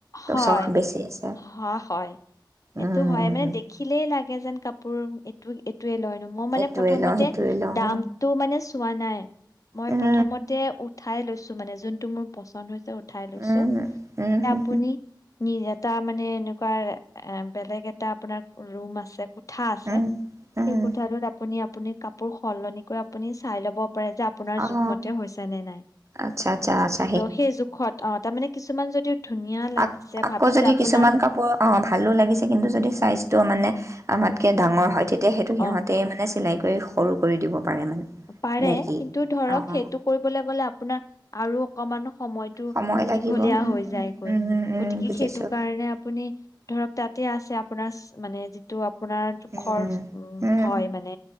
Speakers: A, on the left; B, on the right.
A: হয়
B: চখ বেছি আছে।
A: হা হয় সেইটো
B: উম
A: হয় মানে দেখি লাগে যেন কাপোৰ এইটো লয় ন, মই মানে
B: এইটোৱে
A: প্ৰথমতে
B: লওঁ সেইটোৱে লওঁ
A: দামটো মানে চোৱা নাই, মই
B: উম
A: প্ৰথমতে উঠাই লৈছো মানে যোনটো মোৰ পচন্দ হৈছে উঠাই লৈছো
B: উম উম হম
A: আপুনি নি এটা মানে এনেকুৱা এ বেলেগ এটা আপোনাক ৰুম আছে কোঠা আছে,
B: হম উম উম
A: সেই কোঠাটোত আপুনি আপুনি কাপোৰ সলনি কৰি আপুনি চাই ল'ব যে আপুনাৰ
B: অঁ
A: জোখ মতে হৈছেনে নাই,
B: আচ্ছা আচ্ছা আচ্ছা
A: ত সেই জুখত অঁ তাৰ মানে কিছুমান যদি ধুনীয়া লাগিছে
B: আ আকৌ
A: ভাবিছে
B: যদি
A: আপোনাৰ
B: কিছুমান কাপোৰ, অ', ভালো লাগিছে কিন্তু যদি চাইজ টো মানে আমাতকৈ
A: উম,
B: ডাঙৰ হয়, তেতিয়া সেইটো সিহঁতে
A: অ'
B: মানে চিলাই কৰি সৰু কৰি দিব পাৰে মানে।
A: পাৰে
B: নে কি
A: কিন্তু ধৰক
B: অঁ
A: সেইটো কৰিবলৈ গ'লে আ আপোনাৰ আৰু অকমানো সময়তটো
B: সময় লাগিব
A: দীঘলীয়া
B: উম
A: হৈ যায়গৈ,
B: উম উম
A: গতিকে
B: বুজিছোঁ
A: সেইটো কাৰণে আপুনি ধৰক তাতে আছে আপোনাৰ মানে ত' আপোনাৰ জোখৰ
B: উম
A: উ
B: উম
A: হয় মানে